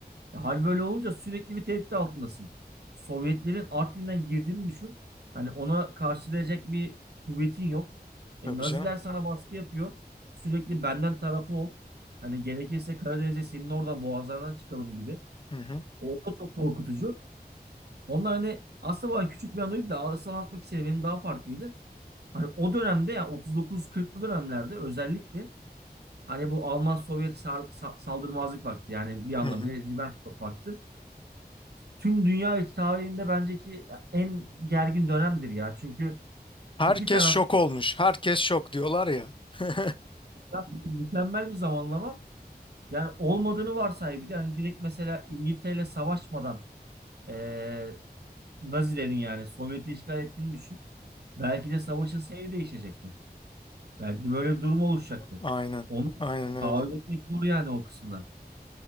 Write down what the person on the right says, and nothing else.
E, hal böyle olunca sürekli bir tehdit altındasın. Sovyetlerin Artvin'den girdiğini düşün. Hani ona karşılayacak bir kuvvetin yok. E,
Naziler
sana baskı yapıyor. Sürekli benden tarafı ol. Hani gerekirse Karadeniz'e senin oradan boğazlarından çıkalım gibi.
O da çok korkutucu. Onlar hani aslında bu hani küçük bir anıydı da asıl anlatmak istediğim benim daha farklıydı. Hani o dönemde ya 39-40'lı dönemlerde özellikle hani bu Alman-Sovyet sar- sa- saldırmazlık paktı yani bir anlamıyla
Ribbentrop paktı tüm dünya tarihinde bence ki en gergin dönemdir ya. Çünkü
iki taraf
ya mükemmel bir zamanlama. Yani olmadığını varsay bir de hani direkt mesela İngiltere savaşmadan eee Nazilerin yani Sovyet'i işgal ettiğini düşün. Belki de savaşın seyri değişecekti. Belki de böyle bir durum oluşacaktı.
Onu
tahayyül etmek zor yani o kısımda.